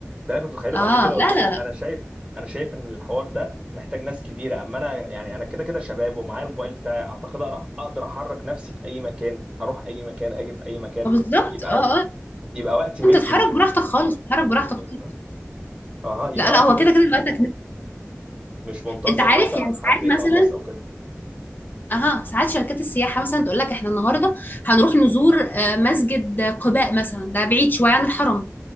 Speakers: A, on the right; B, on the left.
A: ده اللي انا كنت متخيله
B: اه
A: فعشان كده قلت
B: لا
A: لك
B: لا لا
A: انا شايف انا شايف ان الحوار ده محتاج ناس كبيرة اما انا يعني انا كده كده شباب ومعايا الموبايل بتاعي اعتقد اقدر اقدر احرك نفسي في اي مكان اروح اي مكان اجي في اي مكان
B: آه، بالظبط
A: يبقى
B: اه اه
A: يبقى وقتي ملكي
B: انت تتحرك
A: مش
B: براحتك خالص تتحرك براحتك
A: مهم.
B: خالص
A: اها يبقى
B: لا لا
A: وقت
B: هو
A: ملك
B: كده كده وقتك
A: مش منتظر
B: انت عارف
A: مثلا
B: يعني ساعات
A: حد يخلص
B: مثلا
A: او كده
B: اها ساعات شركات السياحه مثلا تقول لك احنا النهارده هنروح نزور آه، مسجد قباء مثلا ده بعيد شويه عن الحرم